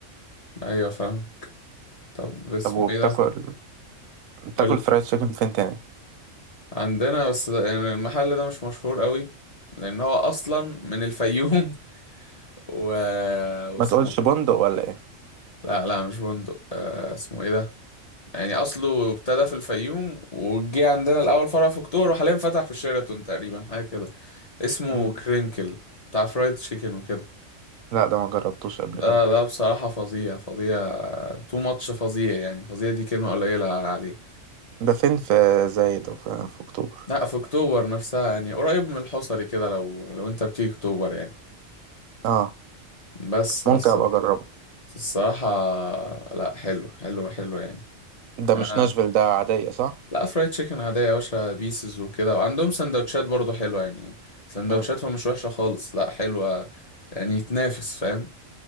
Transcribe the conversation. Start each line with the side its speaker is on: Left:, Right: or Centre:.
Left: ايوه فاهم طب اسمه
Right: طب وبتاكل
Left: ايه ده
Right: بتاكل
Left: قول لي.
Right: فرايد تشيكن فين تاني
Left: عندنا بس ده يعني المحل ده مش مشهور قوي لان هو اصلا من الفيوم <laughs> و... واسمه
Right: ما تقولش بندق
Left: إيه؟
Right: ولا ايه
Left: لا لا مش بندق آه، اسمه ايه ده يعني اصله ابتدى في الفيوم وجه عندنا الاول فرع في اكتوبر وحاليا فتح في شيراتون تقريبا حاجه كده اسمه
Right: مين
Left: كرينكل
Right: ده؟
Left: بتاع فرايد تشيكن وكده
Right: لا ده ما جربتوش قبل
Left: ده
Right: كده
Left: ده بصراحه فظيع فظيع تو ماتش فظيع يعني فظيع دي كلمه قليله عليه
Right: ده فين في زايد او في, في اكتوبر
Left: لا في اكتوبر نفسها يعني قريب من الحصري كده لو لو انت بتيجي اكتوبر يعني
Right: اه
Left: بس
Right: ممكن
Left: بس
Right: ابقى اجربه
Left: الصراحة لا حلو حلو حلو يعني
Right: ده مش
Left: انا
Right: ناشفيل ده عادية صح
Left: لا فرايد تشيكن عادية يا باشا بيسز وكده وعندهم سندوتشات برضو حلوة يعني سندوتشاتهم
Right: امم
Left: مش وحشة خالص لا حلوة يعني يتنافس فاهم